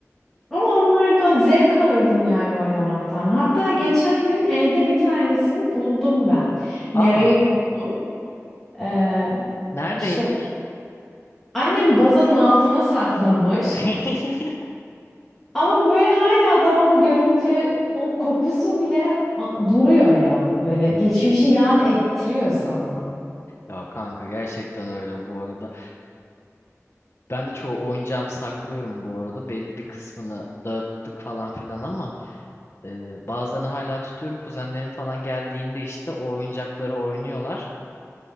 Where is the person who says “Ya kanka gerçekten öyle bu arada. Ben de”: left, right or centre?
Left